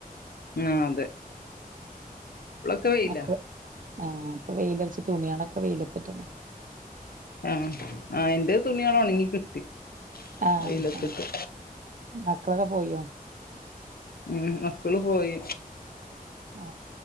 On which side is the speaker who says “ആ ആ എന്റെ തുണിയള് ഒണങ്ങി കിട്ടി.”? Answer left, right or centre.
Left